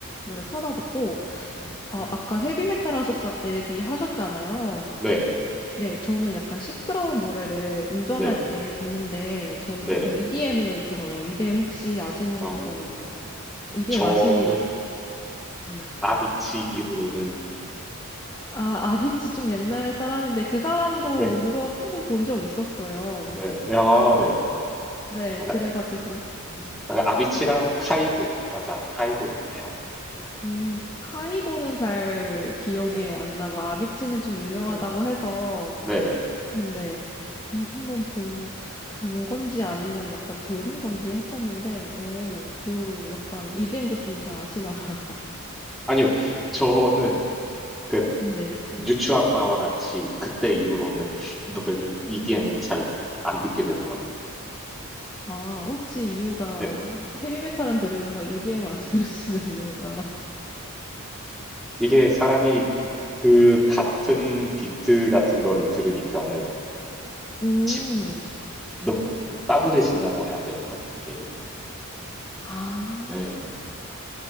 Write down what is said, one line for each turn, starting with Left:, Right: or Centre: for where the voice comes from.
Left: 노래 찾아 듣고,
Centre: 음.
Left: 아, 아까 헤비메탈 하셨자, 얘기 하셨잖아요.
Centre: 네네.
Left: 네, 저는 약간 시끄러운 노래를 운전할
Centre: 네네.
Left: 때 듣는데, 저는
Centre: 네네.
Left: 보통 EDM을 들어요. EDM 혹시 아시는
Centre: 어
Left: 거, EDM
Centre: 저는
Left: 아시, 네.
Centre: 아비치 이후로는
Left: 아, 아비치 좀 옛날 사람인데, 그 사람도
Centre: 네.
Left: 온 거 한 번 본 적 있었어요.
Centre: 네. 아 네.
Left: 네,
Centre: 맞아.
Left: 그래가지고,
Centre: 음, 아, 그 아비치랑 카이고. 맞아. 카이고 듣네요. 네네.
Left: 음, 카이고는 잘
Centre: 네.
Left: 기억이
Centre: 네.
Left: 안 나고, 아비치는 좀 유명하다고
Centre: 네.
Left: 해서,
Centre: 네네.
Left: 네, 본- 한번 본, 본 건지 아니면 약간 들은 건지
Centre: 네.
Left: 했었는데, 오,
Centre: 음.
Left: 그 약간 EDM도 좀 잘 아시나 봐요.
Centre: 아니요. 저는 그
Left: 네.
Centre: 유추한 바와 같이 그때 이후로는 <laughs> 노래를 EDM은 잘 안 듣게 되더라고요.
Left: 아, 혹시 이유가
Centre: 네.
Left: 헤비메탈은 들으면서 EDM 안
Centre: 음.
Left: <laughs> 들으시는 이유가
Centre: 이게 사람이 그 같은 비트 같은 거를 들으니까는
Left: 음.
Centre: 집, 너무 따분해진다고 해야 되나? 이게.
Left: 아,
Centre: 네.